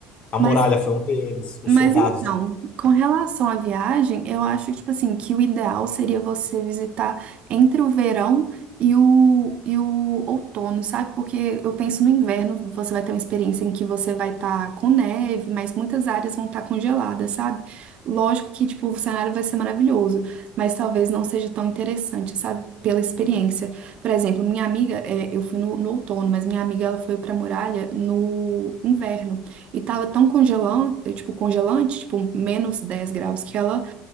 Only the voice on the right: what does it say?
Mas
Mas
então, com relação à viagem, eu acho que, tipo assim, que o ideal seria você visitar entre o verão e o, e o outono, sabe? Porque eu penso no inverno, você vai ter uma experiência em que você vai estar com neve, mas muitas áreas vão estar congeladas, sabe? Lógico que, tipo, o cenário vai ser maravilhoso, mas talvez não seja tão interessante, sabe? Pela experiência. Por exemplo, minha amiga, é, eu fui no, no outono, mas minha amiga, ela foi pra Muralha no inverno. E tava tão congelante, tipo, congelante, tipo, menos 10 graus, que ela